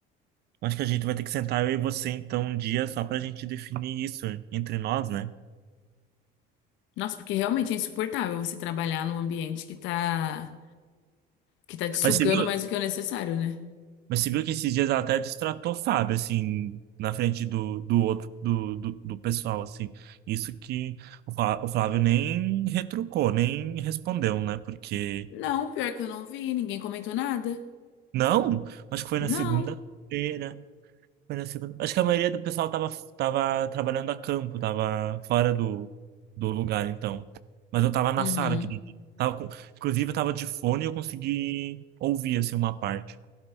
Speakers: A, on the right (about 55°); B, on the left (about 70°).
A: Acho que a gente vai ter que sentar eu e você, então, um dia só pra gente definir isso entre nós, né?
B: Nossa, porque realmente é insuportável você trabalhar num ambiente que tá, que tá te sugando
A: Mas você viu,
B: mais do que o necessário, né?
A: mas você viu que esses dias ela até destratou o Fábio, assim, na frente do, do outro, do, do, do pessoal, assim. Isso que o Flá- o Flávio nem retrucou, nem respondeu, né? Porque...
B: Não, pior que eu não vi, ninguém comentou nada.
A: Não, acho que foi
B: Não.
A: na segunda-feira. Foi na segunda- Acho que a maioria do pessoal tava, tava trabalhando a campo, tava fora do, do lugar, então. Mas eu tava na
B: Uhum.
A: sala, aquele dia. Tava com... Inclusive, eu tava de fone e eu consegui ouvir, assim, uma parte.